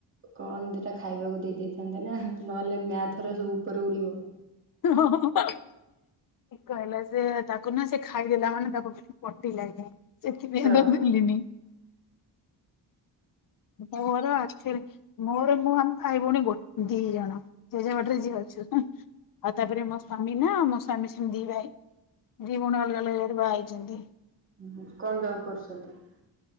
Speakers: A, on the right (about 30°); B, on the left (about 50°).
A: କଣ ଦିଟା ଖାଇବାକୁ ଦେଇ ଦେଇଥାନ୍ତେ ନା ନହେଲେ ମ୍ୟାଥଓରା ସବୁ ଉପରେ ଉଡିବ।
B: ଠିକ କହିଲେ ସେ ତାକୁ ନା ସେ ଖାଇଦେଲା ମାନେ ତାକୁ ପଟି ଲାଗେ ସେଥିପାଇଁ
A: ଓହୋ
B: ତ ଦେଲିନି। ମୋର <unintelligible> ମୋର ମୁଁ ଆମ ଭାଇ ଭଉଣୀ ଗୋ ଦି ଜଣ ଜେଜା ବାଡିରେ ଯିଏ ଅଛୁ ନା। ଆଉ ତାପରେ ମୋ ସ୍ଵାମୀ ନା ମୋ ସ୍ଵାମୀ ସେମିତି ଦି ଭାଇ ଦି ଭଉଣୀ ଅଲଗା ଅଲଗା ଜାଗାରେ ବାହା ହେଇଛନ୍ତି।
A: ହୁ କଣ ଜବ କରୁଛନ୍ତି?